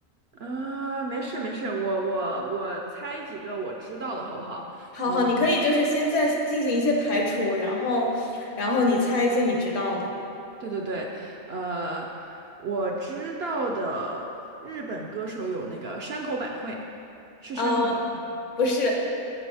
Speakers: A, on the right; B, on the left.
A: 啊，没事没事，我我我猜几个我知道的好不好？
B: 好好，
A: 嗯，
B: 你可以就是先在进行一些排除，然后，然后你猜一些你知道的。
A: 对对对，呃，我知道的日本歌手有那个山口百惠，是山口百惠，
B: 呃，不是，